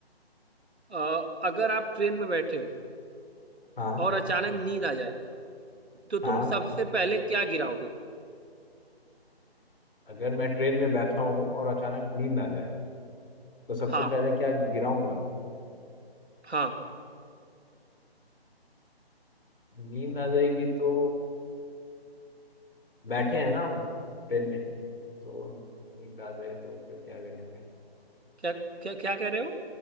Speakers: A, on the right (about 85°); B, on the left (about 60°).
A: अ, अगर आप ट्रेन में बैठे हो
B: हाँ
A: और अचानक नींद आ जाए तो
B: हाँ
A: तुम सबसे पहले क्या गिराओगे
B: अगर मैं ट्रेन में बैठा हूँ और अचानक नींद आ जाए तो सबसे
A: हाँ
B: पहले क्या गिराऊंगा
A: हाँ
B: नींद आ जाएगी तो बैठे हैं ना हम ट्रेन में तो नींद आ जाए तो फिर क्या गिराएंगे
A: क्या क्या क्या कह रहे हो